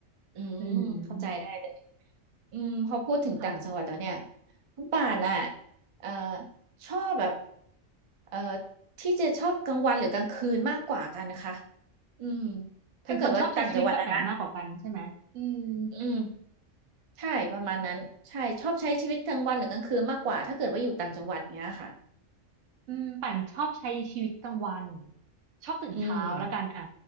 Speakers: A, on the right (about 55°); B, on the right (about 70°).
A: อืมเข้าใจได้เลย
B: อืม
A: อืมพอพูดถึงต่างจังหวัดแล้วเนี่ย
B: ค่ะ
A: คุณป่านอ่ะเอ่อชอบแบบเอ่อที่จะชอบกลางวันหรือกลางคืนมากกว่ากันนะคะอืมถ้าเกิดว่าต่างจังหวัดอะนะ
B: เป็นคนชอบใช้ชีวิตแบบไหนมากกว่ากันใช่ไหมอืม
A: อืมใช่ประมาณนั้นใช่ชอบใช้ชีวิตกลางวันหรือกลางคืนมากกว่าถ้าเกิดว่าอยู่ต่างจังหวัดเงี้ยค่ะ
B: อืมปั่นชอบใช้ชีวิตกลางวันชอบตื่นเช้าแล้วกันอ่ะ
A: อืม